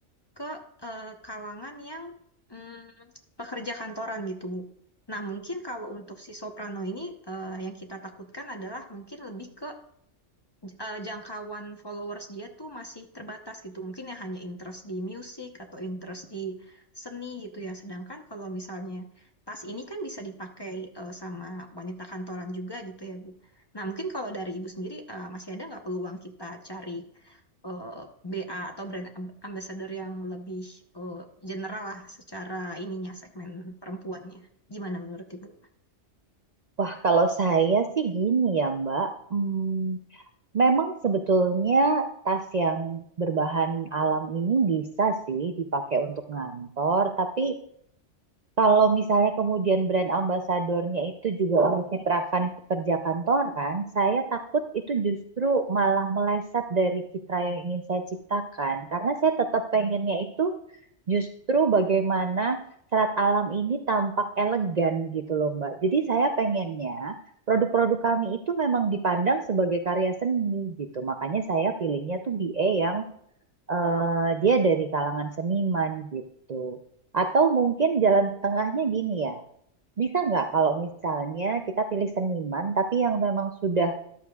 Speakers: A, on the left; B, on the right.
A: ke eh, kalangan yang mm, pekerja kantoran gitu, Bu. Nah, mungkin kalau untuk si soprano ini eh, yang kita takutkan adalah mungkin lebih ke eh, jangkauan followers dia tuh masih terbatas gitu. Mungkin ya hanya interest di musik atau interest di seni gitu ya. Sedangkan kalau misalnya tas ini kan bisa dipakai eh, sama wanita kantoran juga gitu ya, Bu. Nah, mungkin kalau dari Ibu sendiri eh, masih ada nggak peluang kita cari eh, BA atau brand amb- ambassador yang lebih eh, general lah secara ininya segmen perempuannya. Gimana menurut Ibu?
B: Wah, kalau saya sih gini ya, Mbak. Hmm, Memang sebetulnya tas yang berbahan alam ini bisa sih dipakai untuk ngantor, tapi Kalau misalnya kemudian brand ambasadornya itu juga mencitrakan pekerja kantoran, saya takut itu justru malah meleset dari citra yang ingin saya ciptakan. Karena saya tetap pengennya itu justru bagaimana serat alam ini tampak elegan gitu loh Mbak. Jadi saya pengennya produk-produk kami itu memang dipandang sebagai karya seni gitu. Makanya saya pilihnya tuh B BA yang eh, dia dari kalangan seniman gitu. Atau mungkin jalan tengahnya gini ya. Bisa nggak kalau misalnya kita pilih seniman tapi yang memang sudah